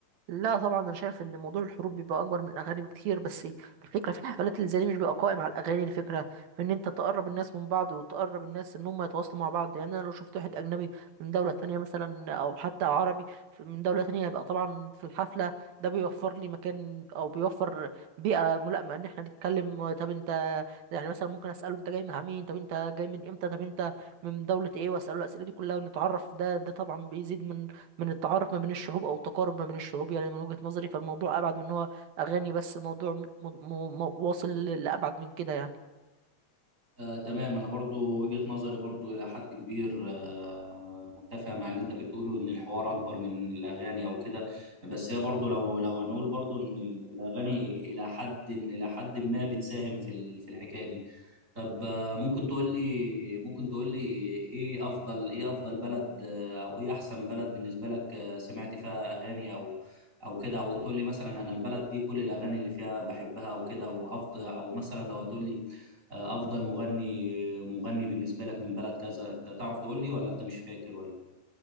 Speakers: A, on the right; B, on the right.
A: لا طبعا انا شايف ان موضوع الحروب بيبقى اكبر من الاغاني بكتير بس الفكره في الحفلات اللي زي دي مش بيبقى قائم على الاغاني الفكره في ان انت تقرب الناس من بعض وتقرب الناس ان هم يتواصلوا مع بعض يعني انا لو شفت واحد اجنبي من دوله تانية مثلا او حتى عربي في- من دوله تانية يبقى طبعا في الحفله ده بيوفر لي مكان او بيوفر بيئه ملائمه ان احنا نتكلم طب انت يعني مثلا ممكن اساله انت جاي مع مين طب انت جاي من امتى طب انت من دوله ايه واساله الاسئله دي كلها ونتعرف ده ده طبعا بيزيد من من التعارف ما بين الشعوب او التقارب ما بين الشعوب يعني من وجهة نظري فالموضوع ابعد من إن هو اغاني بس الموضوع م... م... م... واصل ل- لابعد من كده يعني
B: آه، تمام انا برضو وجهة نظري برضو الى حد كبير آه، متفق مع اللي انت بتقوله ان الحوار اكبر من الاغاني او كده بس هي برضو لو لو هنقول برضو ان الاغاني الى حد الى حد ما بتساهم في ال- في الحكاية دي طب آه، ممكن تقول لي ممكن تقول لي ايه افضل ايه افضل بلد آه، او ايه احسن بلد بالنسبه لك آه، سمعت فيها اغاني او او كده او تقول لي مثلا انا البلد دي كل الاغاني اللي فيها بحبها وكده وافضل او مثلا لو هتقول لي آه، افضل مغني مغني بالنسبه لك من بلد كذا انت تعرف تقول لي ولا انت مش فاكر ولا